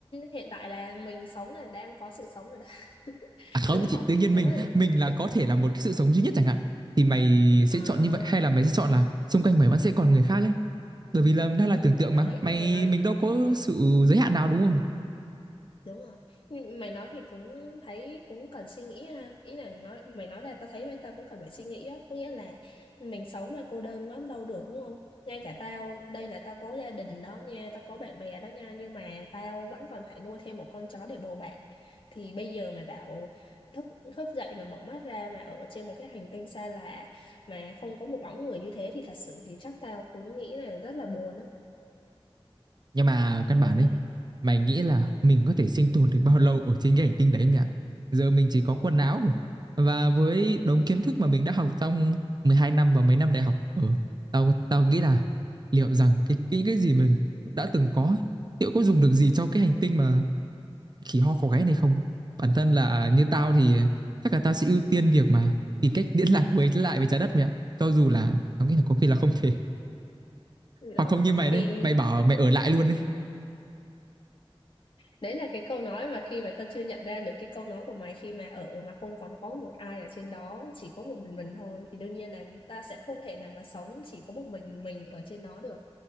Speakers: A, on the left; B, on the right.
A: hiện tại là mình sống là đang có sự sống rồi đó. <laughs>
B: à không
A: Đúng
B: thì
A: không?
B: tự nhiên
A: Đúng
B: mình
A: rồi.
B: mình là
A: Hiện...
B: có thể là một cái sự sống duy nhất chẳng hạn thì mày sẽ
A: À.
B: chọn như vậy hay là mày sẽ chọn là xung quanh mày vẫn sẽ còn người khác ấy bởi vì là đang là
A: Ừ,
B: tưởng
A: mày
B: tượng
A: nói
B: mà mày
A: mày nói
B: mình đâu có
A: ừ,
B: sự giới hạn nào đúng không
A: đúng rồi Nhưng mày nói thì cũng thấy cũng cần suy nghĩ ha ý là nói mày nói là tao thấy mấy tao cũng cần phải suy nghĩ á có nghĩa là mình sống mà cô đơn quá cũng đâu được đúng không ngay cả tao đây là tao có gia đình đó nha tao có bạn bè đó nha nhưng mà tao vẫn còn phải nuôi thêm một con chó để bầu bạn thì bây giờ mà bảo thức thức dậy mà mở mắt ra mà ở trên một cái hành tinh xa lạ mà không có một bóng người như thế thì thật sự thì chắc tao cũng nghĩ là rất là buồn á
B: Nhưng mà
A: kiểu
B: căn
A: như
B: bản
A: vậy
B: ấy, mày nghĩ là mình có thể sinh tồn được bao lâu ở trên cái hành tinh đấy mẹ ạ? Giờ mình chỉ có quần áo và với đống kiến thức mà mình đã học trong 12 năm và mấy năm đại học ở tao tao nghĩ là liệu rằng cái cái cái gì mình đã từng có ấy, liệu có dùng được gì cho cái hành tinh mà khỉ ho có gáy này không? Bản thân là như tao thì chắc là tao sẽ ưu tiên việc mà tìm cách liên lạc với lại với trái đất mẹ ạ. Cho dù là tao nghĩ là có khi là không thể
A: Ờ,
B: hoặc không như mày
A: thì
B: đấy, mày bảo mày ở lại luôn đấy.
A: đấy là cái câu nói mà khi mà ta chưa nhận ra được cái câu nói của mày khi mà ở mà không còn có một ai ở trên đó chỉ có một mình mình thôi thì đương nhiên là ta sẽ không thể nào mà sống chỉ có một mình mình ở trên đó được